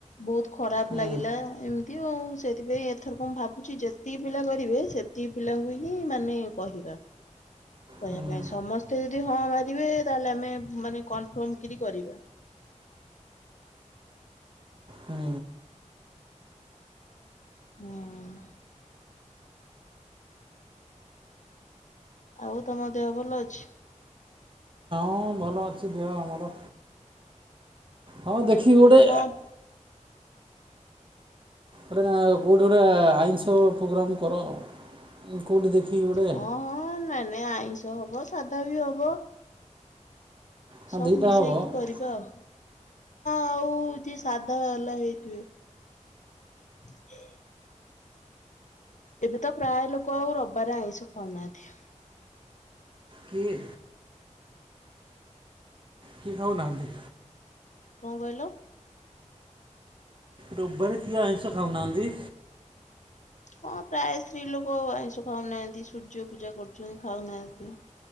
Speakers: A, on the left; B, on the right.
A: ବୋହୁତ ଖରାପ
B: ହୁଁ
A: ଲାଗିଲା ଏମ ତି ଆଉ ସେଇଥିପାଇଁ ଏଥରକ ମୁଁ ଭାବୁଚି ଯେତିକି ପିଲା କରିବେ ସେତିକି ପିଲାଙ୍କୁ ହିଁ ମାନେ। କହିବା। କହିବା
B: ହୁଁ
A: ପାଇଁ ସମସ୍ତେ ଯଦି ହଁ ମାରିବେ ତାହେଲେ ଆମେ ମାନେ କନଫର୍ମ କିରି କରିବା।
B: ହୁଁ।
A: ହୁଁ। ଆଉ ତମ ଦେହ ଭଲ ଅଛି?
B: ହଁ ଭଲ ଅଛି ଦେହ ଆମର ହଁ ଦେଖିକି ଗୋଟେ।
A: ଏବେ କଣ
B: <unintelligible> ଆଉ କୋଉଠି ଗୋଟେ ଆଇଁଷ ପୋଗ୍ରାମ୍ କର ଆଉ। କେଉଁଠି ଦେଖିକି ଗୋଟେ
A: ହଁ ହଁ ନାଇଁ ନାଇଁ ଆଇଁଷ ହବ ସାଧା ବି ହବ।
B: ହଁ
A: ସବୁ
B: ଦୁଇଟା
A: ମିଶେଇକି
B: ହେବ ହଁ
A: କରିବା ଆଉ ହଁ ଆଉ। ଯିଏ ସାଧାବାଲା ହେଇଥିବେ। ଏବେ ତ ପ୍ରାୟ ଲୋକ ଆଉ ରବାରେ ଆଇଁଷ ଖାଉ ନାହାନ୍ତି।
B: କିଏ? କିଏ ଖାଉନାହାନ୍ତି?
A: କଣ କହିଲ?
B: ରବାରେ କିଏ ଆଇଁଷ ଖାଉନାହାନ୍ତି?
A: ହଁ ପ୍ରାୟ ସ୍ତ୍ରୀଲୋକ ଆଇଁଷ ଖାଉନାହାନ୍ତି ସୂର୍ଯ୍ୟ ପୂଜା କରୁଚନ୍ତୀ ଖାଉନାହାନ୍ତି।